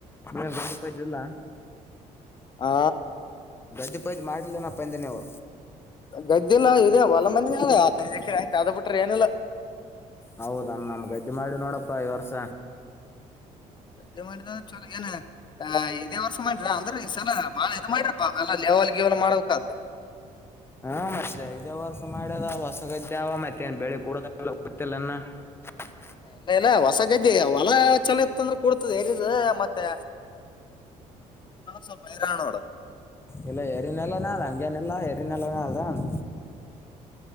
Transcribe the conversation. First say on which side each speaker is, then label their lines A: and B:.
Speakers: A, on the left (about 15°); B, on the left (about 35°).
A: ಇ ಗಡಪೇಟಿಲ್ಲ
B: ಆ
A: ಗದ್ದಡಿ ಪಯತಿ ಮಾಟಲ ನ ಪಂದ ನೀವು
B: ಗದ್ದೆಲ್ಲ ಇದ ಹೊಲ ಮಂದ ಅಲ್ಲ ಹದನೈದು ಎಕ ಆಯ್ತು ಆದ ಬಿಟ್ರ ಏನಿಲ್ಲ
A: ಹೌದ ನಮ್ ಗದ್ದೆ ಮಾಡಿ ನೋಡಪ್ಪಾ ಈ ವರ್ಷ
B: ಗಡ್ ಮಾಡಿದ್ರ ಚಲೋ ಏನ್ ಇದೇ ವರ್ಷ ಮಾಡಿರ ಅಂದ್ರೆ ಈ ಸಲ ಬಾಳ ಇದು್ ಮಾಡಿರಪ್ಪಾ ಅವೆಲ್ಲ ಅವೀವನ ಮಾಡಬೇಕಾದ್ರೆ
A: ಹ ಹಾ ಮತ್ತೆ ಇದೇ ವರ್ಷ ಮಾಡ್ಯದ ಹೊಸಗದ್ದೆ ಮತ್ತೆನ್ ಬೆಳಿ ಕೂಡ ಗೊತ್ತಿಲ್ಲನ್ನ ಹ
B: ಇಲ್ಲ ಇಲ್ಲ ಹೊಸ ಗದ್ದೆ ಹೊಲ ಚಲ ಇತ್ತ ಅಂದ್ರೆ ಕೂಡ ಎರಿದ ಮತ್ತೆ ಸ್ವಲ್ಪ ಹರ ನೋಡು
A: ಇಲ್ಲ ಯಾರನೆಲ್ಲ ನೆಲ್ಲ ಹೆರಿನಲ್ಲವ ಅದನ್